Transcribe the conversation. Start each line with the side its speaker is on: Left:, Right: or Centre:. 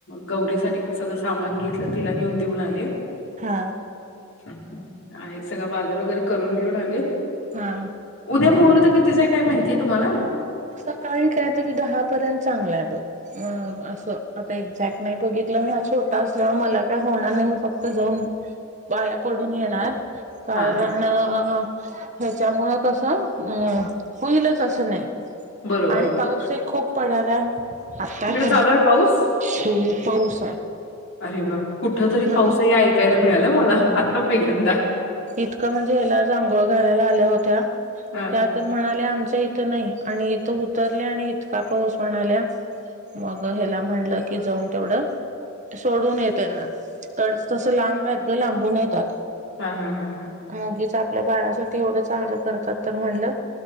Left: गौरीसाठी पण सगळं सामान घेतलं तिला नेऊन देऊन आले
Right: हा
Left: आहे सगळळा बाजार वगैरे करून घेऊन आले
Right: हा
Left: उद्या मुहूर्त कितीचाय काय माहितीय तुम्हाला
Right: सकाळी काहीतरी दहापर्यंत चांगलं आहे बघ म अस आता एक्झॅक्ट नाही बघित मी हा छोटा असल्यामुळे मला काय होणार नाही मी फक्त जाऊन पाया पडून येणार कारण
Left: हा
Right: ह्याच्यामु कसं अं होईलच असं नाही
Left: बरोबर
Right: आणि
Left: बरोबर
Right: पाऊस एक खूप पडलाय आता
Left: तिकडे
Right: पती
Left: चालू आहे पाऊस?
Right: खूप पाऊस हाय
Left: अरे वा कुठ तरी
Right: ह
Left: पाऊस आहे हे ऐकायला मिळालं मला आत्ता पहिल्यांदा
Right: इतकं म्हणजे हीला आज आंघोळ करायला आल्या होत्या
Left: हा.
Right: त्यात तर म्हणाले आमच्या. इथ नाही आणि इथं उतरल्या आणि इतका पाऊस म्हणाल्या. मग ह्याला म्हटलं की जाऊन तेवढं सोडून ये त्यांना. तर तसं लांब आहेतत लांबून येतात.
Left: हां हां हां हां
Right: उगीच आपल्या बाळासाठी एवढं चांगलं करतात तर म्हणलं